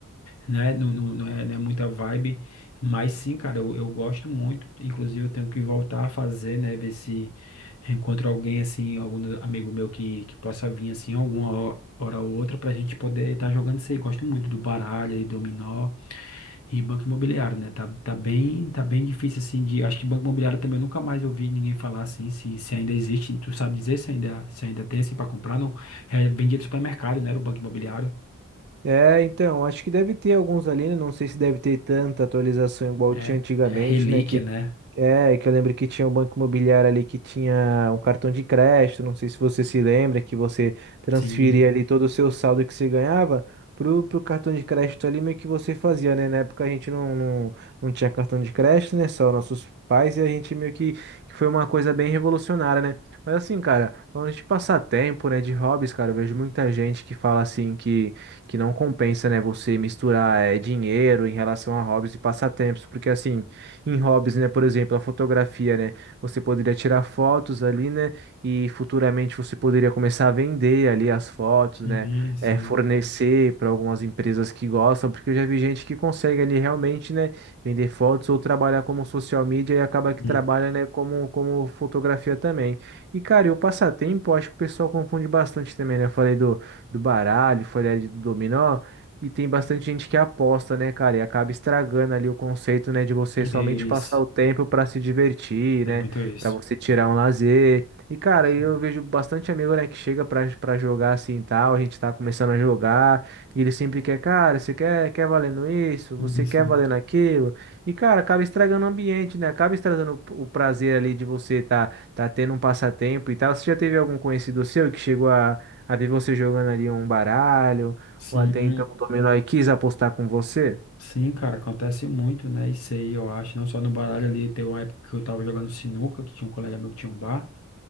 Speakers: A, on the left; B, on the right.
A: né? Não, não, não é, não é muita vibe, mas sim, cara, eu, eu gosto muito. Inclusive, eu tenho que voltar a fazer, né? Ver se encontro alguém assim, algum amigo meu que, que possa vir assim, alguma ho- hora ou outra, pra gente poder estar jogando isso aí. Gosto muito do baralho e dominó e banco imobiliário, né? Tá, tá bem, tá bem difícil assim de. Acho que banco imobiliário também eu nunca mais ouvi ninguém falar assim, se, se ainda existe. Tu sabe dizer se ainda, se ainda tem assim pra comprar? Não. É, vendia do supermercado, né? Era o banco imobiliário.
B: É, então, acho que deve ter alguns ali, né? Não sei se deve ter tanta atualização igual
A: É,
B: tinha antigamente,
A: é relíquia,
B: né? que
A: né?
B: É, que eu lembro que tinha um banco imobiliário ali que tinha um cartão de crédito, não sei se você se lembra, que você transferia
A: Sim,
B: ali todo o seu saldo que você ganhava pro, pro cartão de crédito ali, meio que você fazia, né? Na época a gente não, não, não tinha cartão de crédito, né? Só nossos pais e a gente meio que, que foi uma coisa bem revolucionária, né? Mas assim, cara, falando de passatempo, né, de hobbies, cara, eu vejo muita gente que fala assim que, que não compensa, né, você misturar eh, dinheiro em relação a hobbies e passatempos, porque assim em hobbies, né? Por exemplo, a fotografia, né? Você poderia tirar fotos ali, né? E futuramente você poderia começar a vender ali as fotos,
A: sim,
B: né?
A: sim.
B: eh, fornecer para algumas empresas que gostam, porque eu já vi gente que consegue ali realmente, né? Vender fotos ou trabalhar como social media e acaba que
A: Hum,
B: trabalha, né? Como, como fotografia também. E, cara, e o passatempo, eu acho que o pessoal confunde bastante também, né? Eu falei do, do baralho, falei ali do dominó. E tem bastante gente que aposta, né, cara? E acaba estragando ali o conceito, né, de você somente
A: Isso,
B: passar o tempo pra se divertir,
A: tem
B: né?
A: muito isso.
B: Pra você tirar um lazer. E, cara,
A: Sim,
B: aí eu vejo bastante amigo, né, que chega pra, pra jogar assim e tal. A gente tá começando a jogar. E ele sempre quer, cara, você quer, quer valendo isso?
A: sim,
B: Você quer
A: sim,
B: valendo aquilo? E, cara, acaba estragando o ambiente, né? Acaba estragando o o prazer ali de você tá, tá tendo um passatempo e tal. Você já teve algum conhecido seu que chegou a, a ver você jogando ali um baralho?
A: sim,
B: ou até então o Dominó e quis apostar com você.
A: sim, cara, acontece muito, né? Isso aí, eu acho, não só no baralho ali, teve uma época que eu tava jogando sinuca, que tinha um colega meu que tinha um bar,